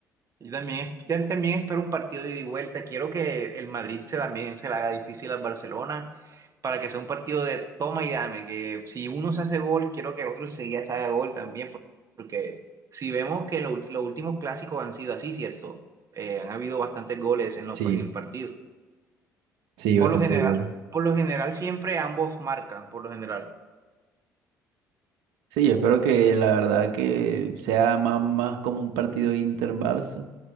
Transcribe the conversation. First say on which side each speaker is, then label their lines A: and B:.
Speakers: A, on the right; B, on the right.
A: y también, tam- también espero un partido de ida y vuelta. Quiero que el Madrid se, también se le haga difícil al Barcelona para que sea un partido de toma y dame. Que si uno se hace gol, quiero que el otro enseguida se haga gol también. por- Porque si vemos que lo ulti- los últimos clásicos han sido así, ¿cierto? Eh, han habido bastantes goles en, los
B: Sí,
A: pa- en el partido.
B: sí,
A: Por
B: bastante
A: lo general,
B: gol.
A: por lo general siempre ambos marcan, por lo general.
B: Sí, yo espero que la verdad que sea más, más como un partido Inter-Barça.